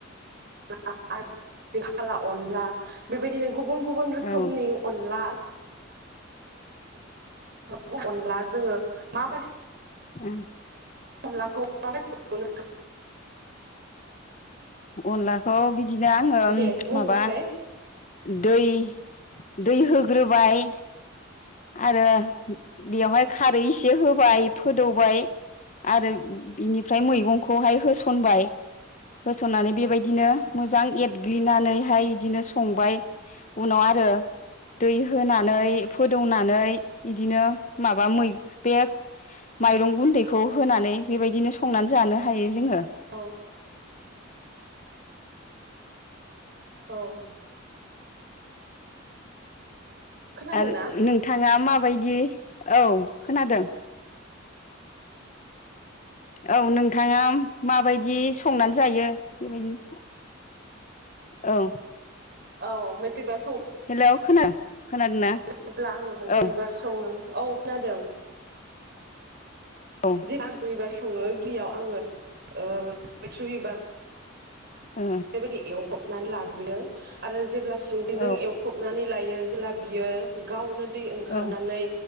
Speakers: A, on the right; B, on the left.
A: <inaudible> हाला अनला बेबायदिनो गुबुन गुबुन रोखोमनि
B: औ
A: अनला <inaudible> अनला जोंङो माबाय
B: ओं
A: खामलाखौ <inaudible>
B: अनलाखौ बि बिदिनो आंङो
A: दे बुंनोसै
B: माबा दै दै होग्रोबाय आरो बेवहाय खारै एसे होबाय फोदौबाय आरो बिनिफ्राय मैगंखौहाय होसनबाय । होसननानै बेबायदिनो मोजां एरग्लिनानैहाय बिदिनो संबाय उनाव आरो दै होनानै फोदौनानै इदिनो माबा मै बे माइरं गुन्दैखौ होनानै बेबायदिनो संनानै जानो हायो जोङो
A: औ औ खोनादोंना
B: आरो नोंथाङा माब माबायदि औ खोनादों औ नोंथाङा माबायदि संनानै जायो बेबायदि औ
A: औ मेट्रिक बार सौ
B: हेलौ खोना खोनादों ना
A: सङोब्ला आङो मैथ्रु
B: औ
A: बिबार सङो औ खोनादों
B: औ
A: जिबां आं दुइ बार सङो गिबियाव आङो ओ मैथ्रु बिबार
B: ओ
A: बेबायदि औ फबनानै लाग्रोरयो आरो जेब्ला संख्रिजों
B: औ
A: एवखबनानै लायो जेला बियो गावनो दै ओंखारनानै
B: औ